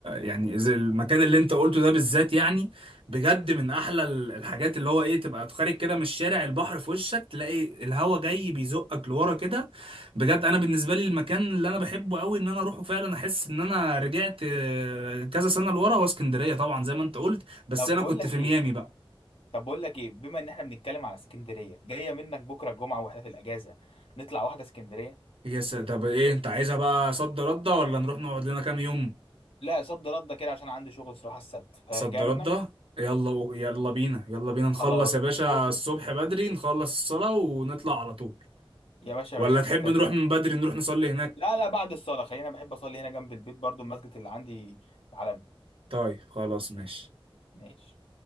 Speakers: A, on the right; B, on the left.
A: يعني زي المكان اللي انت قلته ده بالذات يعني بجد من احلى ال- الحاجات اللي هو ايه تبقى خارج كده من الشارع البحر في وشك تلاقي الهوا جاي بيزقك لورا كده بجد انا بالنسبة لي المكان اللي انا بحبه قوي ان انا اروحه فعلا احس ان انا رجعت آه، كذا سنة لورا هو اسكندرية طبعا زي ما انت قلت بس
B: طب
A: انا
B: بقول
A: كنت
B: لك
A: في ميامي
B: إيه
A: بقى
B: طب بقول لك إيه بما إن إحنا بنتكلم على اسكندرية جاية منك بكرة الجمعة وإحنا في الأجازة نطلع واحدة اسكندرية
A: يا س- طب ايه انت عايزها بقى صد رد ولا نروح نقعد لنا كام يوم
B: لا صد رد كده عشان عندي شغل صراحة السبت فجاية
A: صد رده
B: منك
A: يلا يلا بينا يلا بينا نخلص
B: خلاص
A: يا باشا
B: بكرة
A: الصبح بدري نخلص الصلاة ونطلع على طول
B: يا باشا ماشي
A: ولا تحب
B: مستني
A: نروح من بدري نروح نصلي هناك
B: لا لا بعد الصلاة خلينا بحب أصلي هنا جنب البيت برضو المسجد اللي عندي عالمي
A: طيب خلاص ماشي
B: ماشي